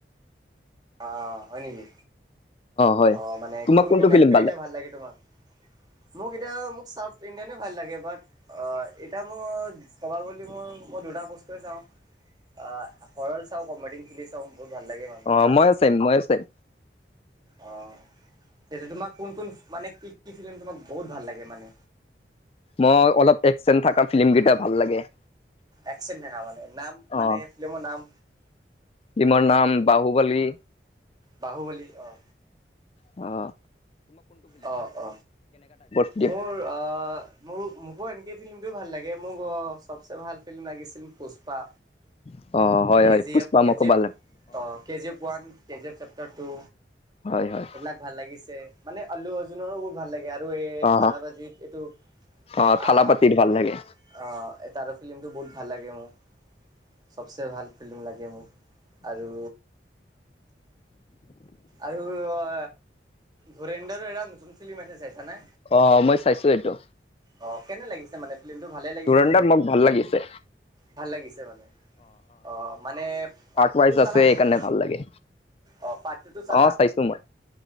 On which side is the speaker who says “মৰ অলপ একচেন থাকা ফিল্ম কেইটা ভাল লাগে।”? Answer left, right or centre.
Left